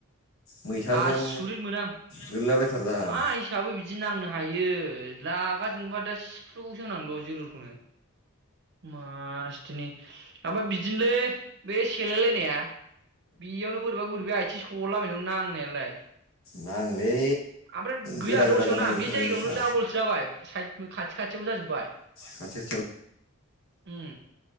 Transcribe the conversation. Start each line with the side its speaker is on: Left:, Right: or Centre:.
Left: मैथाजों
Right: आसुरित मोनो आं
Left: गोलैलाबायथारदों आं
Right: मा हिसाबै बिदि नांनो हायो लागा जोंबा दा सिफ्रु गौसोमोन आं दहाय जोलुरखौनो मासथिनि ओमफाय बिदिनोलै बे सेलाय लायनाया बेयावनो बोरैबा गोरैबि सिखला बायनायाव नांनायालाय
Left: नांलै
Right: आमफ्राय गैया
Left: गोरा गोरा
Right: दसेयावना
Left: गारनाय जोबथारदों
Right: बे जायगायावनो
Left: जुथा
Right: दाबलसो जाबाय साइद बो खाथियाव जाजोब्बाय
Left: खाथि
Right: उम